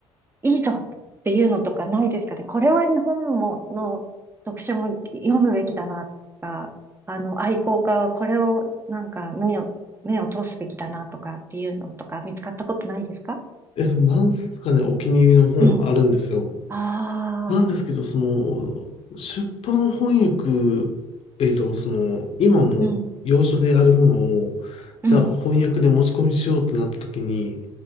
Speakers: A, on the right; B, on the left.
A: いいぞっていうのとかないですかね。これは日本もの読書も読むべきだなとか、あの、愛好家はこれをなんか目を、目を通すべきだなとかっていうのとか見つかったことないですか
B: <laughs> えっと、何冊かね、お気に入りの本はあるんですよ。
A: うん、
B: なんですけど、
A: ああ
B: その、出版翻訳、えっと、その、今も要所であるものを、
A: うん、うん。
B: じゃあ翻訳で持ち込みしようってなった時に、